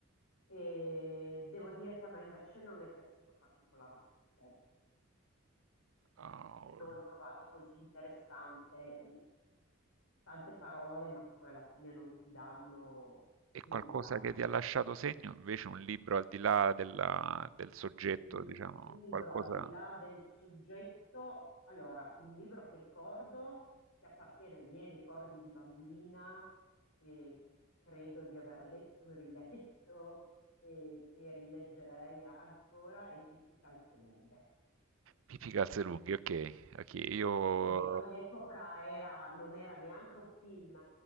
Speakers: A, on the left; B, on the right.
A: e devo dire che a me invece non è piaciuto particolarmente.
B: Oh,
A: Non l'ho trovato così interessante. Tante parole, ma che poi alla fine non ti danno
B: E
A: nulla.
B: qualcosa che ti ha lasciato segno, invece un libro al di là della- del soggetto,
A: Un
B: diciamo,
A: libro
B: qualcosa...
A: al No, di là del questo no. soggetto, allora, un libro che ricordo, che appartiene ai miei ricordi di bambina, eh, che credo di aver letto e riletto e che rileggerei ancora, è Pippi Calzelunghe.
B: Pippi Calzelunghi, ok, ok, io...
A: che all'epoca era- non era neanche un film.